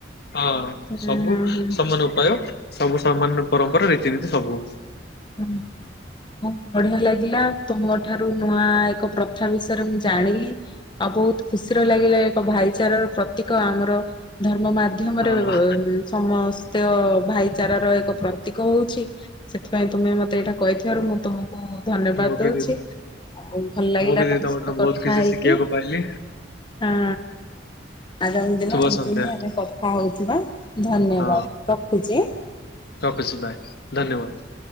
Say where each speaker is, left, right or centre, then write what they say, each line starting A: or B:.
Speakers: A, on the left; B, on the left.
A: ହଁ
B: ହୁଁ
A: ସବୁ
B: ହୁଁ
A: ସମାନ ଉପାୟ ସବୁ ସମାନ ପରମ୍ପରା ରୀତିନୀତି ସବୁ।
B: ହୁଁ। ହୁଁ ବଢିଆ ଲାଗିଲା ତୁମ ଠାରୁ ନୂଆ ଏକ ପ୍ରଥା ବିଷୟରେ ମୁଁ ଜାଣିଲି। ଆଉ ବୋହୁତ ଖୁସିର ଲାଗିଲା ଏକ ଭାଇଚାରାର ପ୍ରତୀକ ଆମର ଧର୍ମ ମାଧ୍ୟ ମାଧ୍ୟମରେ
A: ହଁ
B: ସମସ୍ତ ଭାଇଚାରାର ଏକ ପ୍ରତୀକ ହଉଛି। ପାଇଁ ତୁମେ ମତେ ଏଇଟା କହିଥିବାରୁ ମୁଁ ତୁମକୁ ଧନ୍ୟବାଦ
A: ମୁଁ ବି
B: ଦଉଚି।
A: ଦିଦି
B: ଆଉ ଭଲ ଲାଗିଲା
A: ମୁଁ ବି ଦିଦି
B: ତମ
A: ତମଠାରୁ
B: ସହିତ କଥା
A: ବହୁତ କିଛି
B: ହେଇକି
A: ଶିଖିବାକୁ ପାଇଲି
B: ଆ ଆଗାମୀ ଦିନ
A: ଶୁଭ
B: ଏମତି
A: ସନ୍ଧ୍ୟା।
B: ହିଁ ଆମେ କଥା ହଉଥିବା ଧନ୍ୟବାଦ
A: ହଁ
B: ରଖୁଛି ଆଁ।
A: ରଖୁଛି ବାଏ ଧନ୍ୟବାଦ।